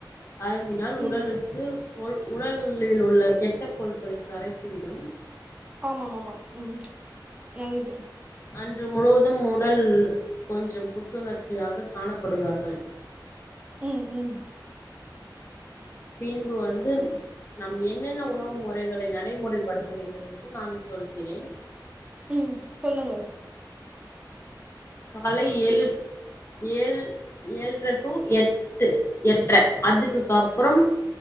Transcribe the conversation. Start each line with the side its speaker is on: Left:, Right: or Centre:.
Left: அருந்த அதனால்
Right: ம்
Left: உடலுக்கு உ உடலில் உள்ள கெட்ட கொழுப்புகளை கரைத்துவிடும்
Right: ஆமாம் ஆமாம் ம் நல்லது
Left: அன்று முழுவதும் உடல் கொஞ்சம் புத்துணர்ச்சியாக காணப்படுவார்கள்
Right: ம் ம்
Left: பின்பு வந்து நம் என்னென்ன உணவு முறைகளை நடைமுறைப்படுத்த வேண்டும் என்று நான் சொல்கிறேன்
Right: ம் சொல்லுங்கள்
Left: காலை ஏழு ஏழு ஏழ்ர டூ எட்டு எட்ர அதுக்குக்கப்றம்